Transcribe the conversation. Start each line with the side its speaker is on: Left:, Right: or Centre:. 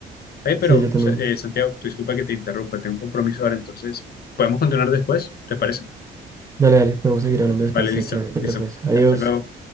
Left: Oye, pero,
Right: Sí, yo también.
Left: Sa- eh, Santiago, tú disculpa que te interrumpa, tengo un compromiso ahora, entonces, ¿podemos continuar después? ¿Te parece?
Right: Dale, dale, podemos seguir hablando después,
Left: Vale, listo,
Right: tranquilo, no te
Left: listo.
Right: preocupes. Adiós.
Left: Hasta luego.